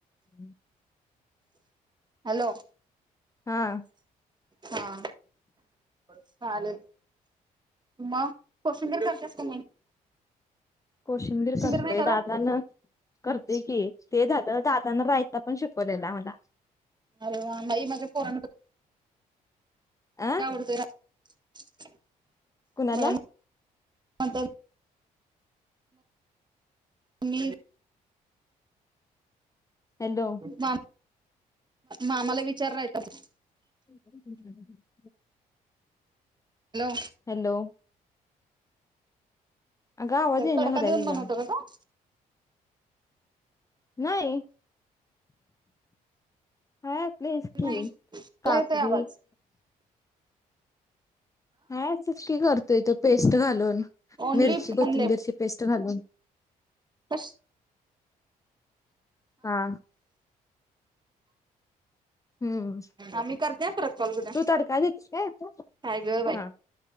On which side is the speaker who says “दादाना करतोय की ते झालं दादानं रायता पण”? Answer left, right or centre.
Left